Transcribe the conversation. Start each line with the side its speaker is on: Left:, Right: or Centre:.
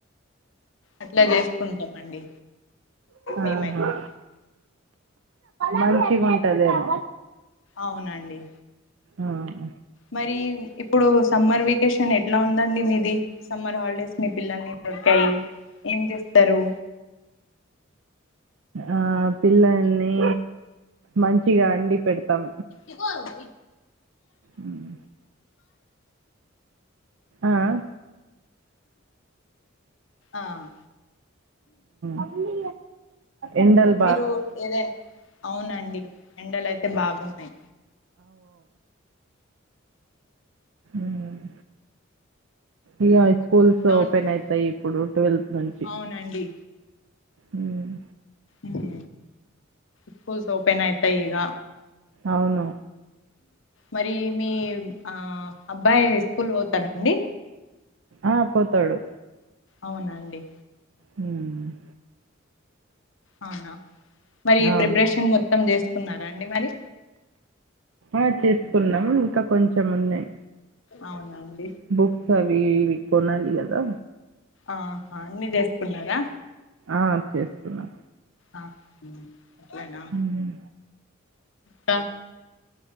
Left: అట్లా చేసుకుంటామండి మేమైతే.
Right: ఆహా! మంచిగుంటదేమో.
Left: అవునండి.
Right: ఆహ్.
Left: మరి ఇప్పుడు సమ్మర్ వెకేషన్ ఎట్లా ఉందండి మీది సమ్మర్ హాలిడేస్ మీ పిల్లల్ని. ఏర్కాయి ఏం చేస్తారు.
Right: ఆహ్ పిల్లల్ని మంచిగా అండి పెడతాం.
Left: ఇగో ఆహ్.
Right: ఉమ్. ఆహ్.
Left: ఆహ్.
Right: అవును ఎండల్.
Left: మీరు ఏదైన అవునండి ఎండలు అయితే బాగున్నాయి.
Right: ఉమ్. ఇగ స్కూల్స్
Left: ఇగా
Right: ఓపెన్
Left: ఉన్నాయి.
Right: అయితాయి ఇప్పుడు ట్వెల్త్ నుంచి.
Left: అవునండి
Right: ఉమ్.
Left: ఉమ్ స్కూల్స్ ఓపెన్ అయితాయి ఇగ.
Right: అవును.
Left: మరి మీ ఆహ్ అబ్బాయి స్కూల్ పోతారాండి.
Right: ఆహ్ పోతాడు.
Left: అవునాండి.
Right: ఉమ్.
Left: అవునా మరి
Right: అవును.
Left: ప్రిపరేషన్ మొత్తం చేసుకున్నారా అండి మరి.
Right: ఆహ్ చేసుకున్నాం ఇంకా కొంచెం ఉన్నాయి.
Left: అవునా అండి.
Right: బుక్స్ అవి ఇవి కొనాలి కదా.
Left: ఆహా అన్ని జేస్కున్నారా.
Right: ఆ చేసుకున్నా
Left: ఆ ఊ అట్లనా
Right: హ్మ్.
Left: క